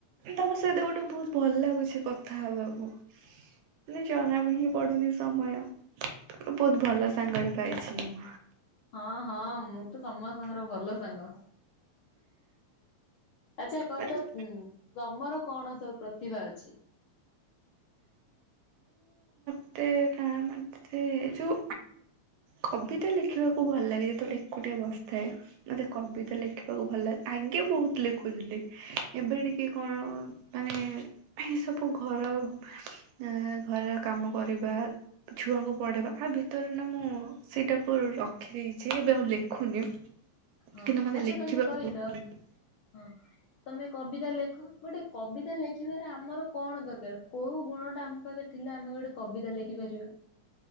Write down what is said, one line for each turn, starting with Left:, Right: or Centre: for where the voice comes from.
Right: ତମ ସହିତ ଗୋଟେ ବହୁତ ଭଲ ଲାଗୁଛି କଥା ହବାକୁ ମାନେ ଜଣା ବି ହିଁ ପଡୁନି ସମୟ ବହୁତ ଭଲ ସାଙ୍ଗଟେ ପାଇଛି ମୁଁ
Left: ହଁ ହଁ ମୁଁ ତ ସମସ୍ତଙ୍କର ଭଲ ସାଙ୍ଗ ଆଚ୍ଛା କହିଲ
Right: ମାନେ
Left: ଉଁ ତମର କଣ ସବୁ ପ୍ରତିଭା ଅଛି?
Right: <unintelligible> ତେ କା ମା ସେ ଯେଉଁ କବିତା ଲେଖିବାକୁ ଭଲ ଲାଗେ ଯେତେବେଳେ ଏକୁଟିଆ ବସିଥାଏ। ମତେ କବିତା ଲେଖିବାକୁ ଭଲ ଲାଗ ଆଗେ ବହୁତ ଲେଖୁଥିଲି। ଏବେ ଟିକେ କଣ ମାନେ ଏ ସବୁ ଘର ଏ ଘରର କାମ କରିବା ଛୁଆଙ୍କୁ ପଡେବା ଆ ଭିତରେ ନା ମୁଁ ସେଇଟାକୁ ରଖିଦେଇଛି ଏବେ ଆଉ ଲେଖୁନି।
Left: ହଁ
Right: କିନ୍ତୁ ମୋତେ
Left: ଆଚ୍ଛା
Right: ଲେଖିବାକୁ
Left: ତମେ କହିଲ
Right: ବହୁତ ଭଲ ଲାଗେ।
Left: ହଁ ତମେ କବିତା ଲେଖ ଗୋଟେ କବିତା ଲେଖିବାରେ ଆମର କଣ ଦରକାର କୋଉ ଗୁଣ ଟା ଆମ ପାଖରେ ଥିଲା ଆମେ ଗୋଟେ କବିତା ଲେଖିପାରିବା?